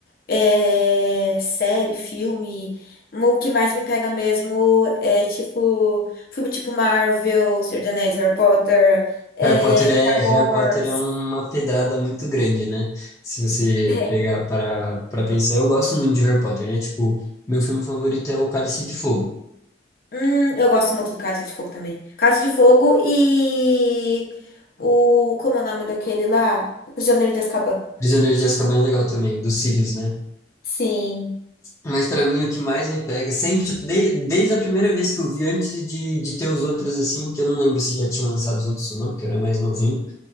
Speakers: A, on the left; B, on the left.
A: é, série, filme. O que mais me pega mesmo é, tipo, filme tipo Marvel, Senhor dos Anéis, Harry Potter, é,
B: Harry Potter é,
A: Star
B: Harry
A: Wars.
B: Potter é uma pedrada muito grande, né? Se você
A: É.
B: pegar para para pensar, eu gosto muito de Harry Potter, né? Tipo, meu filme favorito é O Cálice de Fogo.
A: Hum, eu gosto muito do Cálice de Fogo também. Cálice de Fogo e o... Como é o nome daquele lá? Prisioneiro de Azkaban.
B: Prisioneiro de Azkaban é legal também, do Sirius, né?
A: Sim.
B: Mas pra mim o que mais me pega, sempre, tipo, de- desde a primeira vez que eu vi, antes de, de ter os outros, assim, que eu não lembro se já tinham lançado os outros ou não, porque eu era mais novinho,